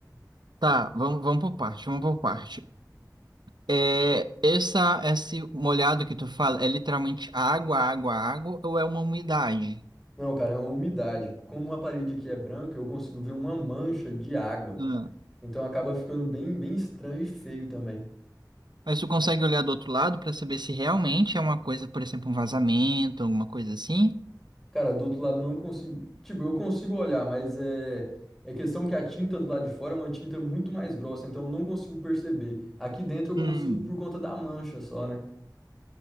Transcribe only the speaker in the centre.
Não, cara, é uma umidade. Como a parede aqui é branca, eu consigo ver uma mancha de água.
Então acaba ficando bem, bem estranho e feio também.
Cara, do outro lado eu não consigo. Tipo, eu consigo olhar, mas é. É questão que a tinta do lado de fora é uma tinta muito mais grossa, então eu não consigo perceber. Aqui dentro eu
consigo por conta da mancha só, né?